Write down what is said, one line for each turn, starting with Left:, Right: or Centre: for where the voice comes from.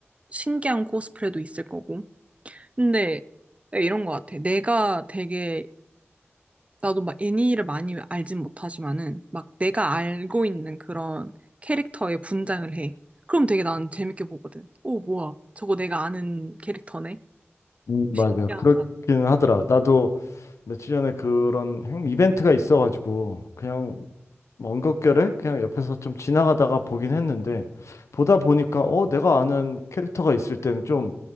Right: 신기한 코스프레도 있을 거고. 근데 네, 이런 거 같아. 내가 되게, 나도 막 애니를 많이 알진 못하지만은, 막 내가 알고 있는 그런 캐릭터의 분장을 해. 그럼 되게 나는 재밌게 보거든. 오, 뭐야. 저거 내가 아는 캐릭터네.
Left: 음,
Right: 신기하다.
Left: 맞아. 그렇긴 하더라. 나도 며칠 전에 그런 행- 이벤트가 있어가지고 그냥 먼 격결에 그냥 옆에서 좀 지나가다가 보긴 했는데 보다 보니까 어 내가 아는 캐릭터가 있을 때는 좀